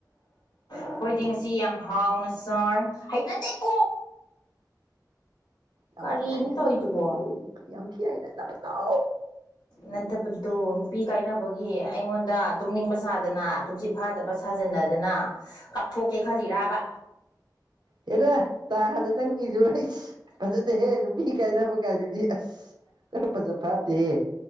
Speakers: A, on the left; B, on the right.
A: ꯑꯈꯣꯏꯗꯤ ꯉꯁꯤ ꯌꯥꯝ ꯍꯥꯎꯅ ꯁꯥꯔ ꯍꯩꯅꯗꯦ <unintelligible>
B: ꯌꯥꯝ
A: ꯀꯔꯤꯅꯣ
B: ꯊꯤꯥꯅ
A: ꯇꯧꯔꯤꯗꯨꯕꯣ
B: <unintelligible> ꯌꯥꯝ ꯊꯤꯅ ꯍꯩꯅꯗꯕꯗꯣ꯫
A: ꯅꯠꯇꯕꯗꯨ ꯅꯨꯄꯤ ꯀꯥꯏꯅꯕꯒꯤ ꯑꯩꯉꯣꯟꯗ ꯇꯨꯝꯅꯤꯡꯕ ꯁꯥꯗꯅ ꯇꯨꯝꯁꯤꯠ ꯐꯥꯗꯕ ꯁꯥꯖꯟꯅꯗꯅ ꯀꯥꯞꯊꯣꯛꯀꯦ ꯈꯜꯂꯤꯔꯥꯕ꯫
B: ꯍꯦꯔ ꯇꯥꯗ ꯅꯪꯒꯤꯁꯨ ꯑꯩ ꯐꯖꯗꯦꯍꯦ ꯅꯨꯄꯤ ꯀꯥꯏꯅꯕ ꯀꯥꯏꯗꯨꯗꯤ ꯑꯁ ꯈꯔ ꯐꯖꯐꯥꯠꯇꯦꯍꯦ